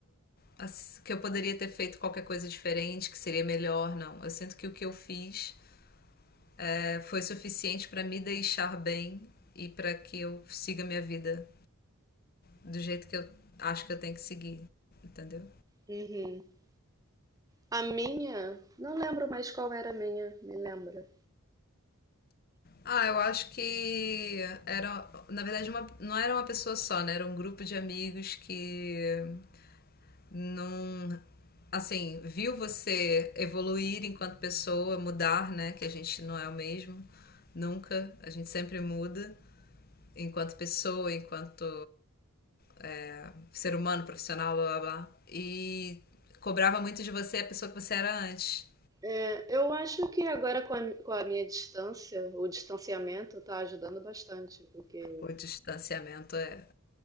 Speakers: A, on the left; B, on the right.
A: ass- que eu poderia ter feito qualquer coisa diferente, que seria melhor, não. Eu sinto que o que eu fiz eh, foi suficiente para me deixar bem e para que eu siga minha vida do jeito que eu acho que eu tenho que seguir, entendeu?
B: Uhum. A minha, não lembro mais qual era a minha, me lembra.
A: Ah, eu acho que era, na verdade, uma, não era uma pessoa só, né? Era um grupo de amigos que não assim, viu você evoluir enquanto pessoa, mudar, né, que a gente não é o mesmo nunca, a gente sempre muda enquanto pessoa, enquanto é, ser humano, profissional, blá blá blá. E cobrava muito de você a pessoa que você era antes.
B: É, Eu acho que agora com a, com a minha distância, o distanciamento tá ajudando bastante, porque
A: O distanciamento é.